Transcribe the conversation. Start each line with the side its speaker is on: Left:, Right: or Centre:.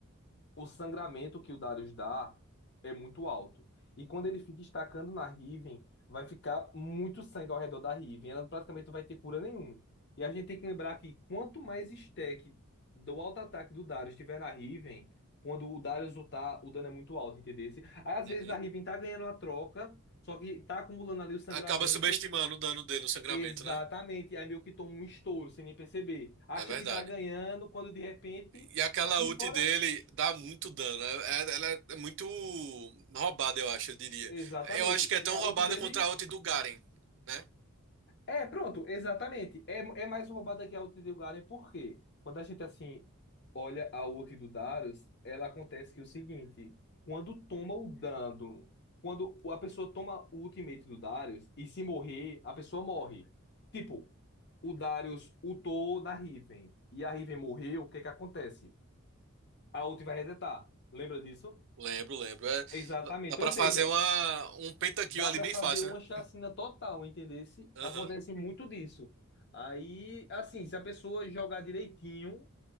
Left: o sangramento que o Darius dá é muito alto. E quando ele fica estacando na Riven, vai ficar muito sangue ao redor da Riven. Ela praticamente não vai ter cura nenhuma. E a gente tem que lembrar que quanto mais stack do auto-ataque do Darius estiver na Riven, quando o Darius lutar, o dano é muito alto, entendeu? Aí às
Right: Uhum.
Left: vezes a Riven tá ganhando a troca, só que tá acumulando ali o sangramento.
Right: Acaba subestimando o dano dele, o sangramento,
Left: Exatamente.
Right: né?
Left: Aí meio que toma um estouro sem nem perceber. Acha
Right: É verdade.
Left: que tá ganhando, quando de repente.
Right: E aquela
Left: E
Right: ult
Left: fora
Right: dele dá muito dano. É- é- Ela é muito roubada, eu acho, eu diria.
Left: Exatamente.
Right: Eu acho que é tão
Left: E a
Right: roubada
Left: ult dele.
Right: contra a ult do Garen, né?
Left: É, pronto, exatamente. É, é mais roubada que a ult do Garen, por quê? Quando a gente, assim, olha a ult do Darius, ela acontece que é o seguinte: quando toma o dano, quando a pessoa toma o ultimate do Darius e se morrer, a pessoa morre. Tipo, o Darius ultou na Riven e a Riven morreu, o que é que acontece? A ult vai resetar. Lembra disso?
Right: Lembro, lembro. É-
Left: Exatamente.
Right: dá pra
Left: Ou seja,
Right: fazer uma, um pentakill
Left: dá
Right: ali
Left: para
Right: bem
Left: fazer
Right: fácil,
Left: uma chacina
Right: né?
Left: total, entendesse?
Right: Aham,
Left: Acontece muito disso. Aí, assim, se a pessoa jogar direitinho,